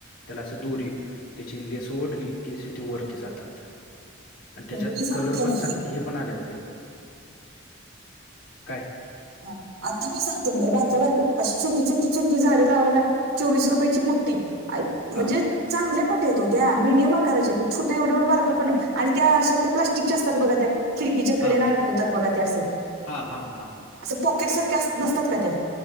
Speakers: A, on the left; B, on the right.
A: त्याला असं दोरी, त्याची लेस ओढली की असे ते वरती जातात. आणि त्याच्यात
B: पण मी सांगते
A: कलर पण
B: ना
A: चा हे पण आलेत ते. <inaudible> काय?
B: ह, आता मी सांगते, बारक्या बारक्या अशी छोटी छोटी छोटी झाडं लावायला चोवीस रुपयाची मोट्टी, आं म्हणजे
A: हा
B: चांगल्या पण देतो, त्या मिडियम आकाराच्या छोट्या एवढेवढे बारक पण हाय, आणि त्या अश्या त्या प्लास्टिकच्या असतात बघा त्या खिडकीच्या कडेन
A: हा
B: अडकवतात बघा ते असं.
A: हा हा हा.
B: असं पॉकेट सारख्या अ नसतात का त्या,